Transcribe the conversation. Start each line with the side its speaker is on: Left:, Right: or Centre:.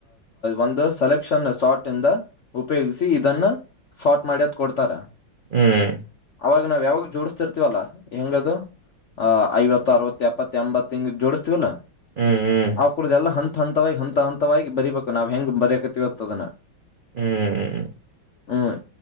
Left: ಒಂದು ಸೆಲೆಕ್ಷನ್ ಶಾರ್ಟ್ ಇಂದ ಉಪಯೋಗಿಸಿ ಇದನ್ನ ಸಾರ್ಟ್ ಮಾಡ್ಯದ ಕೊಡ್ತಾರ
Right: ಹ್ಮ್
Left: ಅವಾಗ ನಾವ್ ಯಾವಾಗ ಜೋಡಿಸಸ್ತಿರ್ತಿೀವಲ್ಲಾ ಹೆಂಗದು ಆ ಐವತ್ತು ಅರವತ್ತು ಎಪ್ಪತ್ತ ಎಂಬತ್ತ್ತುಂಗ ಜೋಡಿಸ್ತಿೀವಲ್ಲಾ
Right: ಹ್ಮ್ ಹ್ಮ್
Left: ಆ ಕುೂಡ್ದು ಎಲ್ಲ ಹಂತ ಹಂತವಾಗಿ ಹಂತ ಹಂತವಾಗಿ ಬರಿೀಬೇಕು ನಾವ್ ಹೆಂಗ ಬರಯಕತಿವತ್ತದನ್ನ
Right: ಹ್ಮ್
Left: ಹ್ಮ್